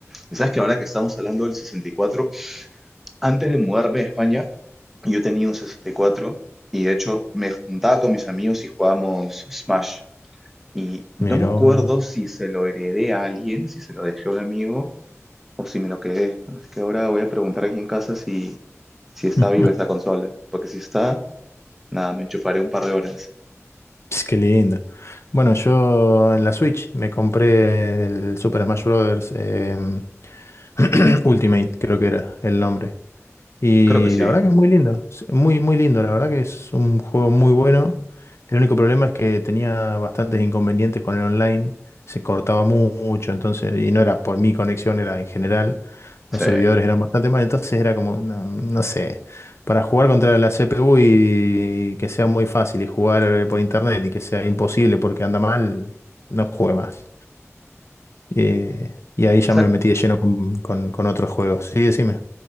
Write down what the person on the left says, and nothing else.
Miró.
<laughs>
Ps, Qué lindo. Bueno, yo en la Switch me compré el Super Smash Bros. em, <clears throat> Ultimate, creo que era el nombre. Y
la verdad que es muy lindo, es muy, muy lindo, la verdad que es un juego muy bueno. El único problema es que tenía bastantes inconvenientes con el online, se cortaba mu- mucho, entonces, y no era por mi conexión, era en general, los
servidores eran bastante mal, entonces era como, no, no sé, para jugar contra la CPU y, que sea muy fácil y jugar eh, por internet y que sea imposible porque anda mal, no jugué más. Eh, y ahí ya
me metí de lleno con, con, con otros juegos. Sí, decime.